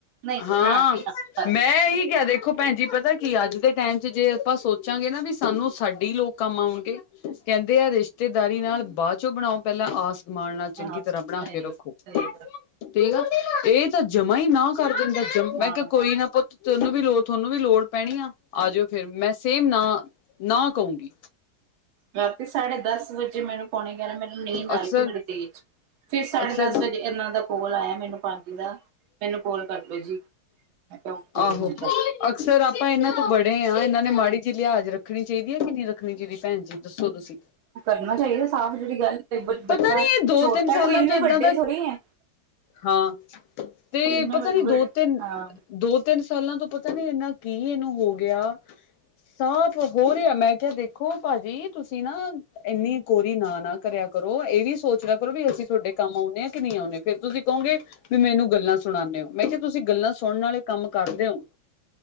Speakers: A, on the right; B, on the left.
A: ਨਹੀਂ
B: ਹਾਂ
A: ਨਾ ਜੀ ਨਾ ਬਸ
B: ਮੈਂ ਇਹੀ ਕਹਿ ਦੇ ਦੇਖੋ ਭੈਨ ਜੀ ਪਤਾ ਕੀ ਅੱਜ ਦੇ ਟੈਮ ਚ ਜੇ ਆਪਾਂ ਸੋਚਾਂਗੇ ਨਾ ਵੀ ਸਾਨੂੰ ਸਾਡੇ ਲੋਕ ਕੰਮ ਆਉਣਗੇ ਕਹਿੰਦੇ ਆ ਰਿਸ਼ਤੇਦਾਰੀ ਨਾਲ ਬਾਅ ਚੋਂ ਬਣਾਓ ਪਹਿਲਾਂ ਆਸ ਮਾਣ ਨਾਲ ਚੰਗੀ
A: ਹਾਂ
B: ਤਰ੍ਹਾਂ
A: ਸਹੀ
B: ਬਣਾ ਕੇ
A: ਗੱਲ,
B: ਰੱਖੋ।
A: ਸਹੀ ਗੱਲ,
B: ਕਹੇਗਾ ਇਹ ਤਾਂ ਜਮਾ ਹੀ ਨਾ ਕਰ ਦਿੰਦਾ ਜਮ ਮੈਂ
A: ਹਾਂ
B: ਕਿਹਾ ਕੋਈ ਨਾ ਪੁਤ ਤੋਨੂੰ ਵੀ ਲੋੜ ਤੁਹਾਨੂੰ ਵੀ ਲੋੜ ਪੈਣੀ ਆ ਆ ਜਾਓ ਫੇਰ ਮੈਂ ਸੇਮ ਨਾ ਨਾ ਕਉਗੀ।
A: ਰਾਤੀ ਸਾਢੇ ਦਸ ਦਸ ਵਜੇ ਮੈਨੂੰ ਪਾਉਣੇ ਗਿਆਰਾ ਮੈਨੂੰ ਨੀਂਦ ਆਈ
B: ਅਕਸਰ
A: ਸੀ ਬੜੀ ਤੇਜ ਫੇਰ ਸਾਢੇ
B: ਅਕਸਰ
A: ਦਸ ਵਜੇ ਇਹਨਾਂ ਦਾ ਕੋਲ ਆਇਆ ਮੈਨੂੰ ਪਰ ਮੈਨੂੰ ਫੋਨ ਕਰਲੋ ਜੀ ਮੈਂ ਕਿਹਾ ੳਕੇ
B: ਆਹੋ
A: <unintelligible> ਫੇਰ ਹੁਣ।
B: ਅਕਸਰ ਆਪਾਂ ਇਹਨਾਂ ਤੋਂ ਬੜੇ ਹਾਂ ਇਹਨਾਂ ਨੇ ਮਾੜੀ ਜਿਹੀ ਲਿਹਾਜ਼ ਰੱਖਣੀ ਚਾਹੀਦੀ ਹੈ ਕਿ ਨਹੀਂ ਰੱਖਣੀ ਚਾਹੀਦੀ ਭੈਨ ਜੀ ਦੱਸੋ ਤੁਸੀਂ।
A: ਉਹ ਕਰਨਾ ਚਾਹੀਦਾ ਸਾਫ਼ ਜਿਹੜੀ ਗੱਲ। ਬੱਚਾ
B: ਪਤਾ ਨਹੀਂ ਇਹ ਦੋ
A: ਛੋਟਾ
B: ਤਿੰਨ ਸਾਲਾਂ
A: ਕੋਈ ਇੰਨੇ
B: ਤੋਂ ਏਦਾਂ
A: ਵੱਡੇ
B: ਦਾ
A: ਥੋੜ੍ਹੀ ਹੈ
B: ਹਾਂ ਤੇ
A: ਕੋਈ ਇੰਨੇ
B: ਪਤਾ
A: ਵੱਡੇ
B: ਨੀ
A: ਵੱਡੇ
B: ਦੋ ਤਿੰਨ
A: ਹਾਂ
B: ਦੋ ਤਿੰਨ ਸਾਲਾਂ ਤੋਂ ਪਤਾ ਨੀ ਇੰਨਾ ਕੀ ਇਹਨੂੰ ਹੋ ਗਿਆ ਸਾਫ਼ ਹੋ ਰਿਹਾ ਮੈਂ ਕਿਹਾ ਦੇਖੋ ਭਾਜੀ ਤੁਸੀਂ ਨਾ ਏਨੀ ਕੋਰੀ ਨਾ ਨਾ ਕਰਿਆ ਕਰੋ ਇਹ ਵੀ ਸੋਚ ਲਿਆ ਕਰੋ ਵੀ ਅਸੀਂ ਤੁਹਾਡੇ ਕੰਮ ਆਉਂਨੇ ਆ ਕਿ ਨਹੀਂ ਆਉਂਨੇ। ਫੇਰ ਤੁਸੀਂ ਕਹੋਗੇ ਵੀ ਮੈਨੂੰ ਗੱਲਾਂ ਸੁਣਾਨੇ ੳ ਮੈਂ ਕਿਹਾ ਤੁਸੀਂ ਗੱਲਾਂ ਸੁਣਨ ਆਲੇ ਕੰਮ ਕਰਦੇ ੳ